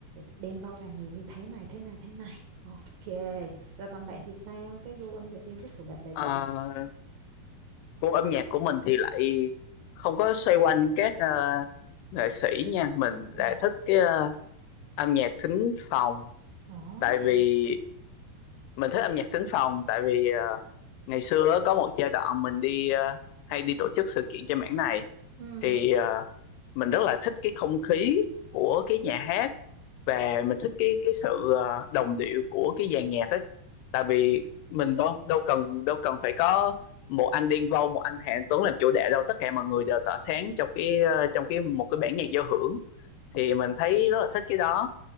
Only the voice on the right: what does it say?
Đen Vâu là người như thế này thế này thế này ok rồi còn bạn thì sao cái gu âm nhạc yêu thích của bạn là
gì
Ừ.
Ồ,
ừ,